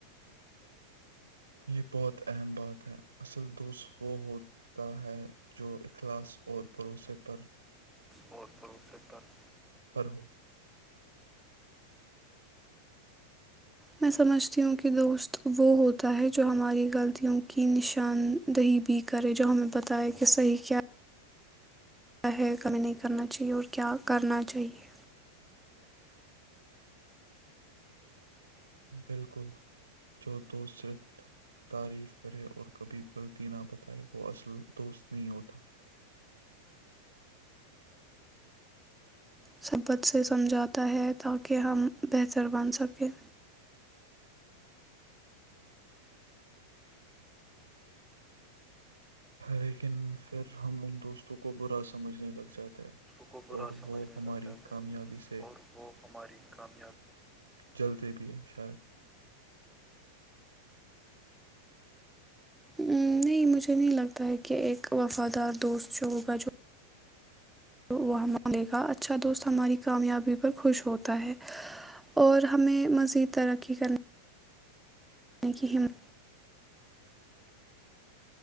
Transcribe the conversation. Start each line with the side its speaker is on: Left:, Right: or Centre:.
Right: یہ بہت اہم بات ہے اصل دست وہ ہوتا ہے جو اخلاص اور بھروسے پر
Centre: اور پرڑوس پر <unintelligible>
Right: پرر ہو <unintelligible>
Centre: میں سمجھتی ہوں کہ دوست وہ ہوتا ہے جو ہماری غلطیوں کی نشاندہی بھی کرے جو ہمیں بتائےیں کہ صحیح کیا <unintelligible> کیا ہے کمی نہیں کرنا چاہیئے اور کیا کرنا چاہیئے
Right: بالکل جو دوست صرف تعریف کرے اور کبھی غلطی نہ بتائے وہ اصل دوست نہیں ہوتا
Centre: سبت سے سمجھاتا ہے تاکہ ہم بہتر بن سکیں
Right: لیکن پھر ہم ان دوستوں کو برا سمجھنے لگ جاتے ہیں
Centre: کو برا
Right: اور
Centre: سمجھنے
Right: وہ ہماری
Centre: لگتا ہے
Right: کامیابی سے
Centre: اور وہ ہماری کامیاب
Right: جلدی بھی ہے شاید
Centre: نہیں مجھے نہیں لگتا ہے کہ ایک وفادار دوست جو ہوگا جو تو وہ مانگے گا اچھا دوست ہماری کامیابی پر خوش ہوتا ہے اور ہمیں مزید ترقی کرنا یعنی کی ہمت